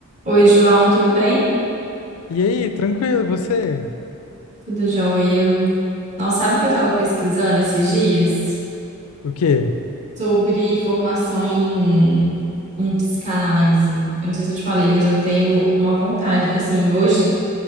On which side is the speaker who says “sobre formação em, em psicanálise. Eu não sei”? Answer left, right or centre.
Right